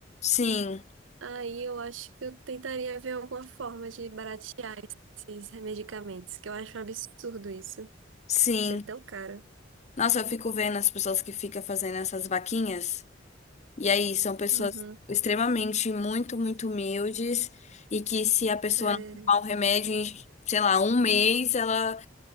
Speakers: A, on the left; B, on the right.
A: Sim,
B: Aí eu acho que eu tentaria ver alguma forma de baratear esses medicamentos, que eu acho um absurdo isso.
A: sim.
B: Ser tão caro.
A: Nossa, eu fico vendo as pessoas que ficam fazendo essas vaquinhas. E aí, são pessoas
B: Uhum.
A: extremamente muito, muito humildes e que se a pessoa
B: É,
A: não tomar um remédio em, sei lá, um mês, ela